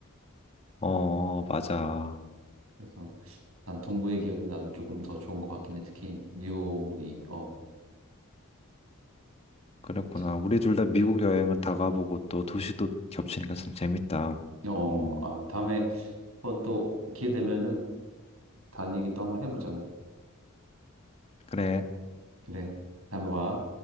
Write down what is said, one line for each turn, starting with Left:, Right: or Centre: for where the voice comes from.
Left: 어, 맞아.
Right: 그래서 난 동부의 기억이 나도 조금 더 좋은 것 같긴 해. 특히 뉴욕이 어,
Left: 그랬구나.
Right: 참.
Left: 우리 둘 다 미국 여행은 다 가보고 또 도시도 겹치니까 참 재밌다.
Right: 어,
Left: 음,
Right: 아유, 다음에 한번 또 기회 되면은 다른 얘기 또 한번 해보자고.
Left: 그래.
Right: 그래, 다음에 봐.